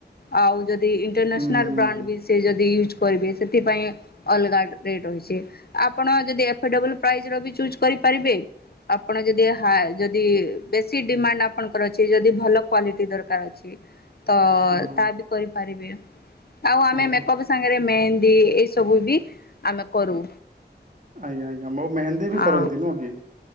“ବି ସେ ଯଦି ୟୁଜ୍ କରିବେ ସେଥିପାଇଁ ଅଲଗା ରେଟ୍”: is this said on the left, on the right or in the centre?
Left